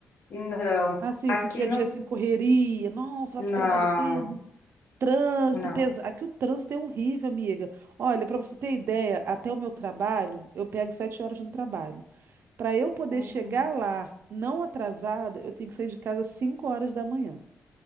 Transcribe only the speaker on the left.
E não,
aqui
não.
Não,
não.
Uhum.